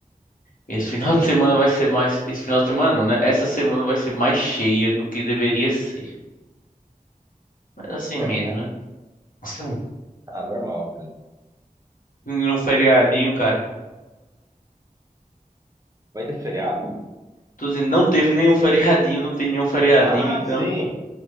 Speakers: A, on the left (about 65°); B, on the right (about 20°).
A: Esse <laughs> final de semana vai ser mais. Esse final de semana, não, né? Essa semana vai ser mais cheia do que deveria ser. Mas assim mesmo,
B: <laughs>
A: né? Sim.
B: Ah, normal, cara.
A: Nenhum feriadinho, cara.
B: Vai ter feriado?
A: Tô dizendo, não teve nenhum feriadinho, não tem nenhum feriadinho,
B: Ah,
A: então.
B: sim,